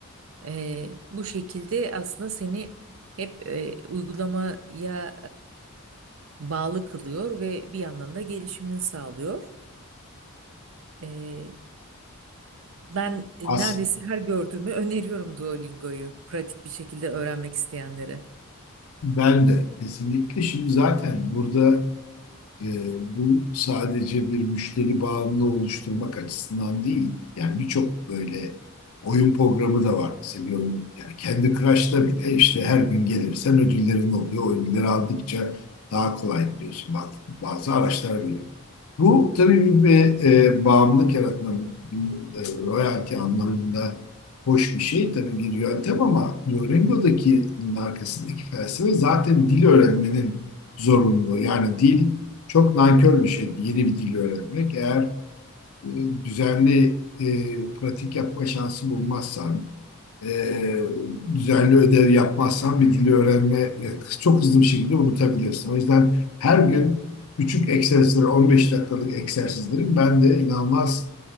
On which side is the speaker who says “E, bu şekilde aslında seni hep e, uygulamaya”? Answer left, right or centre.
Right